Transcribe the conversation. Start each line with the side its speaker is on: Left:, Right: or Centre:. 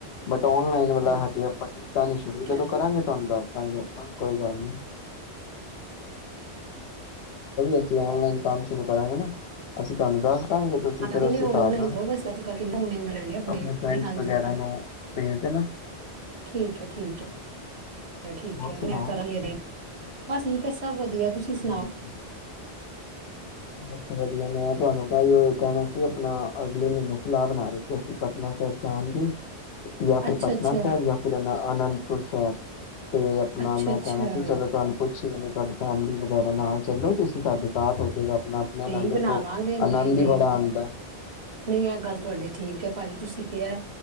Left: ਮਟਾਉਣ
Right: ਠੀਕ
Left: ਵਾਲਾ ਹਜੇ ਆਪਾਂ ਕੀਤਾ ਨੀ ਸ਼ੁਰੂ ਜਦੋਂ
Right: ਹੈ।
Left: ਕਰਾਂਗੇ ਤੁਹਾਨੂੰ ਦੱਸ ਦਾਂ ਕੋਈ ਗੱਲ ਨੀ। ਅਸੀਂ ਓਨਲਾਈਨ ਕੰਮ ਸ਼ੁਰੂ ਕਰਾਂਗੇ ਨਾ। ਅਸੀਂ ਤੁਹਾਨੂੰ ਦੱਸ ਦਾਂਗੇ ਤੁਸੀਂ ਫਿਰ
Right: ਹਨੇ
Left: ਉਸ
Right: ਓਨਲਾਈਨ
Left: ਹਿਸਾਬ ਨਾਲ
Right: ਰਹੋ ਬਸਿਆ ਅੱਜ ਓਨਲਾਈਨ ਰਹਿਣ ਡ ਬ
Left: ਆਪਣੇ ਫਰੈਂਡਸ
Right: ਹਾਂਜੀ,
Left: ਵਗੈਰਾ ਨੂੰ ਭੇਜ ਦੇਣਾ
Right: ਠੀਕ ਹੈ, ਠੀਕ ਹੈ। ਠੀਕ
Left: ਹੋਰ ਸੁਣਾਓ?
Right: ਮੈਂ ਕਰਾਂ ਬਸ ਠੀਕ ਹੈ ਸਭ ਵਧੀਆ ਤੁਸੀਂ
Left: <unintelligible>
Right: ਸੁਣਾਓ?
Left: ਬਸ ਵਧੀਆ ਮੈਂ ਤੁਹਾਨੂੰ ਚੇ ਉਹ ਕਹਿ ਸੀ ਆਪਣਾ ਅਗਲੇ ਮਹੀਨੇ ਸਲਾਹ ਬਣਾ ਰਹੇ ਅਸੀਂ ਪਟਨਾ ਸਾਹਿਬ ਜਾਣ ਦੀ ਜਾਂ
Right: ਅੱਛਾ,
Left: ਫਿਰ ਪਟਨਾ
Right: ਅੱਛਾ,
Left: ਸ਼ਹਿਰ ਜਾਂ ਫਿਰ ਇਹ ਅਨੰਦਪੁਰ ਸਾਹਿਬ ਤੇ ਆਪਣਾ
Right: ਅੱਛਾ,
Left: ਮੈਂ
Right: ਅੱਛਾ,
Left: ਕਹਿਣਾ ਸੀ ਚਲੋ ਤੁਹਾਨੂੰ ਪੁੱਛੀ ਤੁਹਾਡੀ ਫੈਮਿਲੀ ਵਗੈਰਾ ਨਾਲ ਚਲੋ ਤੁਸੀਂ ਸਾਡੇ ਸਠ ਹੋਜੇਗਾ ਆਪਣਾ ਆਪਣਿਆਂ
Right: ਨਹੀਂ
Left: ਨਾਲ ਦੇਖੋ
Right: ਬਣਾ ਲਾਂਗੇ ਨਹੀਂ,
Left: ਆਨੰਦ
Right: ਨਹੀਂ,
Left: ਹੀ ਬੜਾ ਆਉਂਦਾ
Right: ਨਹੀਂ ਆ ਗੱਲ ਤੁਹਾਡੀ ਠੀਕ ਹੈ ਭਾਜੀ ਤੁਸੀਂ ਕਿਹਾ ਹੈ